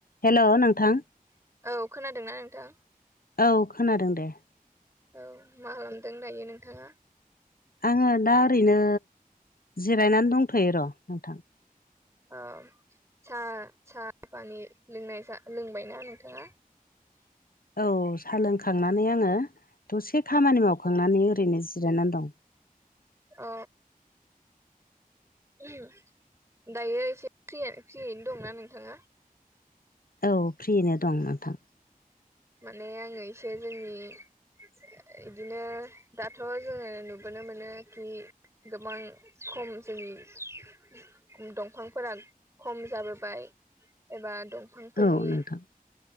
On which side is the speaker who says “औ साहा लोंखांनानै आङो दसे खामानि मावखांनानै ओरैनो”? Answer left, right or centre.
Left